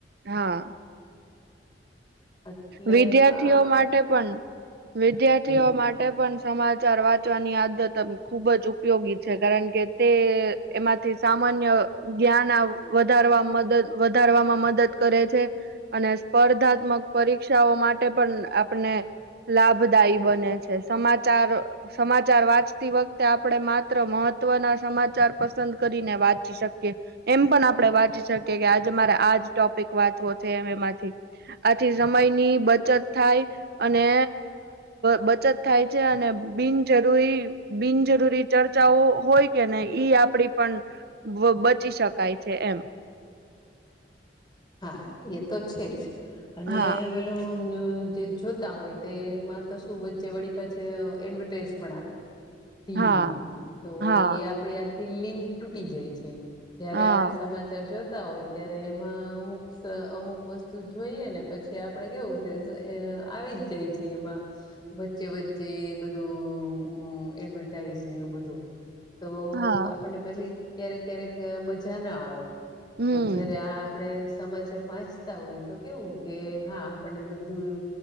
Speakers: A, on the right (about 60°); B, on the left (about 25°).
A: હા.
B: એટલે
A: વિદ્યાર્થીઓ
B: આ
A: માટે પણ વિદ્યાર્થીઓ
B: હમ
A: માટે પણ સમાચાર વાંચવાની આદત ખુબ જ ઉપયોગી છે કારણ કે તે એમાંથી સા જ્ઞાન વધાર વધારવામાં મદદ કરે છે અને સ્પર્ધાત્મક પરીક્ષાઓ માટે પણ આપને લાભદાયી બને છે. સમાચાર સમાચાર વાંચતી વખતે આપણેે માત્ર મહ ત્વ સમાચાર પસંદ કરીને વાંચી શકીએ એમ પણ આપણે વાંચી શકીએ કે આજે મારે ટોપિક વાંચવો છે એમ એમાંથી થી સમયની બચત થાય અને બચત થાય છે અને બિન જરૂરી બિનજરૂરી ચર્ચાઓ હોય કે નને ઈ આપડી પણ પચી શકાય છે એમ.
B: હા એ તો છે જ અને
A: હા
B: પેલું જે જોતા હોય તેમાં તો શું વચ્ચે વળી પાછ એડવર્ટાઈઝ પણ આવે ટીવીમાં
A: હા
B: તો
A: હા
B: એ આપડ આખી લિંક તૂટી જાય છે. જયારે
A: હા
B: આપડ સમાચાર જોતા હોય ત્યારે એમાં અમુક અમુક વસ્તુ જોઈએ ને પછી આપડે કેવું કે આવી જ જાય છે એમાં વચ્ચે વચ્ચે બધું એડવર્ટાઈઝને એવું બધું. તો
A: હા
B: આપણને પછી ક્યારેક ક્યારેક મજા ના આવે
A: હમ
B: પણ જયારે આ આપ સમાચાર વાંચતા હોય તો કેવું કે હા આપણને બધું